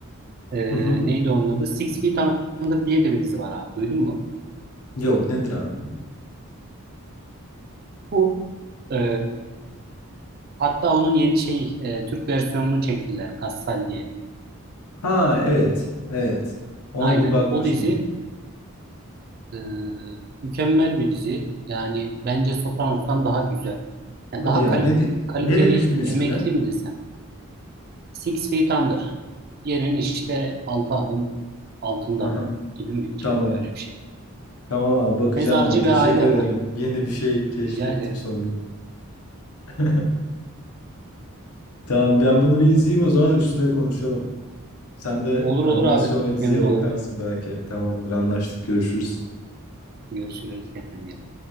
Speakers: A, on the right (about 45°); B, on the left (about 85°).
A: E,
B: Hı hı.
A: neydi onun adı? Six Feet Under diye de bir dizi var abi. Duydun mu?
B: Yok nedir abi?
A: Bu e, hatta onun yeni şey e, Türk versiyonunu çektiler. Kassal diye.
B: Ha evet. Evet. Ona
A: Aynen.
B: bir bakmıştım.
A: O dizi e, mükemmel bir dizi. Yani bence Sopranos'tan daha güzel. Yani
B: Hadi
A: daha
B: ya
A: kali-
B: ne di-
A: kaliteli
B: ne demiştin ismine?
A: emekli mi desem? Six Feet Under. Yerin işte altı adım altında
B: Aha.
A: gibi mi çeviriyor
B: Tamam.
A: öyle bir şey.
B: Tamam abi bakacağım
A: Mezarcı
B: buna. Teşekkür
A: bir aile
B: ederim.
A: var.
B: Yeni bir şey keşfettim
A: Rica ederim.
B: sonunda. <laughs> Tamam ben bunu bir izleyeyim o zaman üstüne konuşalım. Sen de
A: Olur
B: animasyon
A: olur abi.
B: ve diziye
A: Memnun olurum.
B: bakarsın belki. Tamamdır anlaştık görüşürüz.
A: Görüşürüz. Kendine iyi bak.